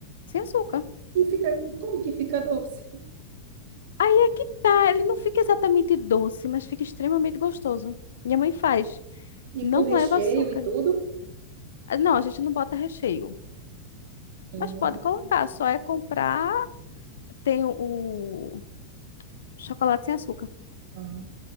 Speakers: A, on the left; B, on the right.
A: sem açúcar.
B: e fica, e como que fica doce?
A: Aí é que tá, ele não fica exatamente doce, mas fica extremamente gostoso. Minha mãe faz,
B: E
A: não
B: com recheio
A: leva açúcar.
B: e tudo?
A: Ah, Não, a gente não bota recheio,
B: Hum,
A: mas pode colocar, só é comprar tem o Chocolate sem açúcar.
B: ah,